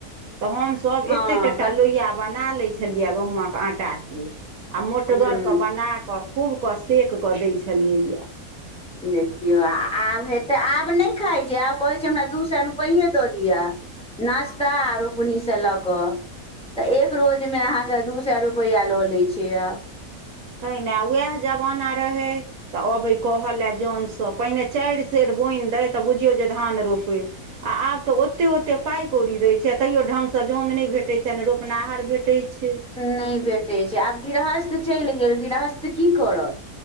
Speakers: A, on the right; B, in the centre.
A: तऽ हमसभ
B: हँ
A: एतेक टटा
B: क
A: लोहिआ बना लैत छलियै गहुमक आँटाके आ मोटगरके
B: हूँ
A: बनाकऽ खूब कऽ सेक कऽ दै छलियैया
B: देखियौ आ आब हेतै आब नहि खाय छै आब कहै छै हमरा दू सए रुपैए दऽ दिआ नाश्ता रोपनी स लऽ कऽ तऽ एक रोजमे अहाँके दू सए रुपैआ लऽ लै छै आब
A: पहिने उएह जमाना रहै तऽ अबे कहल जनसँ पहिने चारि सेर बोनि द तऽ बुझियौ जे धान रोपै आ आब तऽ ओते ओेते पाय कौड़ी दै छै तैयो ढंग सँ जन नहि भेटैत छै नहि रोपनहार भेटै छै
B: नहि भेटै छै आब गिरहस्थ चलि गेल गिरहस्थ की करत